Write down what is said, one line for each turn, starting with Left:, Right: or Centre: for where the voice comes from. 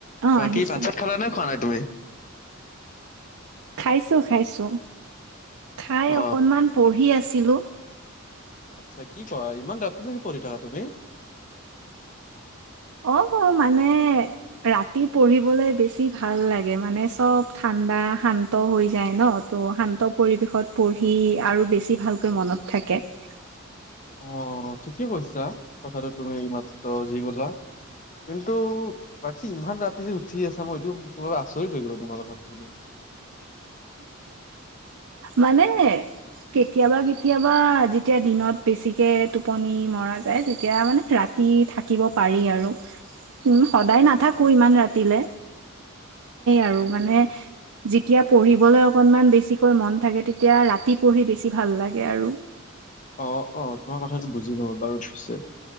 Right: অ'
Left: বাকী
Right: আহিছে।
Left: বাচাত খালা নে খোৱা নাই তুমি
Right: খাইছো খাইছো খাই
Left: অ
Right: অকনমান পঢ়ি আছিলো
Left: আচ্ছা কি কোৱা ইমান ৰাতি নকি পৰিঢ়ি থাকা তুমি
Right: অ মানে ৰাতি পঢ়িবলে বেছি ভাল লাগে মানে চব ঠাণ্ডা ঠাণ্ডা শান্ত হৈ যায় ন ত' শান্ত পৰিৱেশত পঢ়ি আৰু বেছি ভালকৈ মনত থাকে থাকে
Left: অ ঠিকে কৈছা কথাটো তুমি ই মাত্ৰ যি গলা কিন্তু বাকী ইমান ৰাতি যে উঠি আছে মই এইটো চব আচৰিত হৈ গলো তোমাৰ কথাটো বুলি <unintelligible>
Right: মানে কেতিয়াবা কেতিয়াবা যেতিয়া দিনত বেছিকে টোপনি মৰা যায় তেতিয়া মানে ৰাতি ৰাতি থাকিব পাৰি আৰু উম সদায় নাথাকো ইমান ৰাতিলে। আৰু মানে যেতিয়া পঢ়িবলৈ অকনমান বেছিকৈ মন। - থাকে তেতিয়া ৰাতি পঢ়ি বেছি ভাল লাগে আৰু।
Left: অ অ তোমাৰ কথাটো বুজি লওঁ বাৰু পছে।